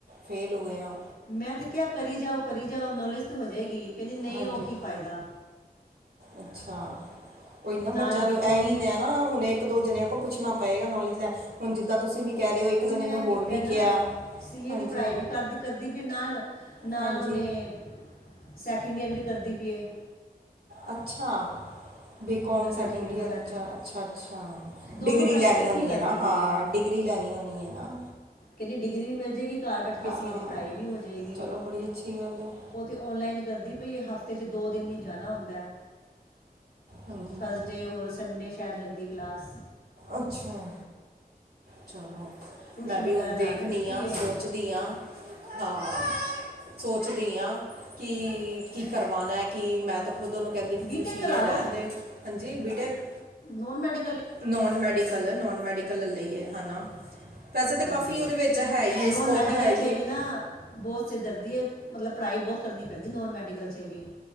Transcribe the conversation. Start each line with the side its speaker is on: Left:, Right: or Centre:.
Right: ਫੇਲ੍ਹ ਹੋ ਗਏ ਹਾਂ
Left: ਮੈਂ ਤੇ ਕਿਹਾ ਕਰੀ ਜਾਓ, ਕਰੀ ਜਾਓ ਨੌਲੇਜ ਤਾਂ ਹੋ ਜਾਏਗੀ ਕਹਿੰਦੀ ਨਈ
Right: ਹਾਂਜੀ
Left: ਉਹ ਕੀ ਫਾਇਦਾ
Right: ਅੱਛਾ ਉਹੀ ਨਾ
Left: ਨਾਲ
Right: ਬੱਚਿਆਂ
Left: ਬੀਕੌਮ
Right: ਨੂੰ ਇਹੀ ਨੇ ਨਾ ਹੁਣ ਇੱਕ ਦੋ ਜਣਿਆਂ ਕੋਲ ਪੁੱਛਣਾ ਪਏਗਾ ਨੌਲੇਜ ਲੈ ਹੁਣ ਜਿੱਦਾਂ ਤੁਸੀਂ ਵੀ ਕਹਿ ਰਹੇ ਹੋ ਇੱਕ
Left: ਉਹਨੇ
Right: ਜਣੇ ਨੇ
Left: ਇਹ
Right: ਹੋਰ
Left: ਕੀਤਾ
Right: ਵੀ
Left: ਨਾ,
Right: ਕਿਹਾ
Left: ਸੀ ਏ
Right: ਹਾਂਜੀ
Left: ਦੀ ਪੜ੍ਹਾਈ ਵੀ ਕਰਦੀ, ਕਰਦੀ ਪਈ ਨਾਲ ਨਾਲ
Right: ਹਾਂਜੀ
Left: ਉਹਨੇ ਸੈਕਿੰਡ ਈਅਰ ਵੀ ਕਰਦੀ ਪਈਏ
Right: ਅੱਛਾ ਬੀਕੌਮ
Left: ਕਰਦੀ
Right: ਸੈਕਿੰਡ
Left: ਪਈ ਪਤਾ
Right: ਈਅਰ ਵਿਚ
Left: ਨਹੀਂ
Right: ਹੈ ਅੱਛਾ, ਅੱਛਾ, ਅੱਛਾ
Left: ਦੋਨੋਂ
Right: ਡਿਗਰੀ
Left: ਪੜ੍ਹਾਈਆਂ
Right: ਲੈਣੀ
Left: ਇਕੱਠੀ
Right: ਹੋਣੀ
Left: ਕਰਦੀ
Right: ਹੈ ਨਾ,
Left: ਪਈ
Right: ਹਾਂ ਡਿਗਰੀ ਲੈਣੀ ਹੋਣੀ ਹੈ ਨਾ
Left: ਕਹਿੰਦੇ ਡਿਗਰੀ ਵੀ ਮਿਲ ਜਾਏਗੀ ਘਰ ਬੈਠ ਕੇ
Right: ਹਾਂ
Left: ਸੀ ਇਹ ਦੀ ਪੜ੍ਹਾਈ ਵੀ ਹੋ ਜਾਏਗੀ
Right: ਚਲੋ ਬੜੀ ਅੱਛੀ ਗੱਲ ਹੈ
Left: ਉਹ ਤੇ ਓਨਲਾਈਨ ਕਰਦੀ ਪਈ ਏ, ਹਫ਼ਤੇ ਚ ਦੋ ਦਿਨ ਹੀ ਜਾਣਾ ਹੁੰਦਾ
Right: ਹਾਂਜੀ
Left: ਠਰਸਡੇ ਹੋਰ ਸੰਡੇ ਸ਼ਾਇਦ ਲੱਗਦੀ ਕਲਾਸ
Right: ਅੱਛਾ, ਚਲੋ
Left: ਟਿਊਸ਼ਨ
Right: ਮੈਂ ਵੀ
Left: ਵਗੈਰਾ
Right: ਹੁਣ ਦੇਖਣੀ
Left: ਰੱਖ ਦਿੱਤੀ
Right: ਆ
Left: ਹੈ
Right: ਸੋਚ ਸੋਚਦੀ ਆਂ ਹਾਂ ਸੋਚਦੀ ਹਾਂ ਕਿ, ਕੀ ਕਰਵਾਣਾ ਕੀ ਮੈਂ ਓਹ ਦੋਨੋ ਕਹਿੰਦੀ ਵੀਸੀ,
Left: ਬੀਟੈਕ
Right: ਸੀ
Left: ਕਰਾ
Right: ਏ
Left: ਲਓ
Right: ਰਹਿਣ ਦੇ ਹਾਂਜੀ ਬੀਟੈਕ
Left: ਨੋਨ ਮੈਡੀ
Right: ਨੋਨ ਮੈਡੀਕਲ, ਨੋਨ ਮੈਡੀਕਲ ਲਈਏ ਹੈਨਾ ਵੈਸੇ ਤੇ
Left: ਹਾਂਜੀ
Right: ਕਾਫੀ ਉਹਦੇ ਵਿੱਚ ਹੈ ਹੀ ਹੈ
Left: ਨੋਨ
Right: ਸਕੋਪ
Left: ਮੈਡੀਕਲ
Right: ਹੈ ਹੀਏ
Left: 'ਚ ਵੀ ਨਾ ਬਹੁਤ ਸਿਰ ਦਰਦੀ ਹੈ ਮਤਲਬ ਪੜ੍ਹਾਈ ਬਹੁਤ ਕਰਨੀ ਪੈਂਦੀ ਨੋਨ ਮੈਡੀਕਲ 'ਚ ਵੀ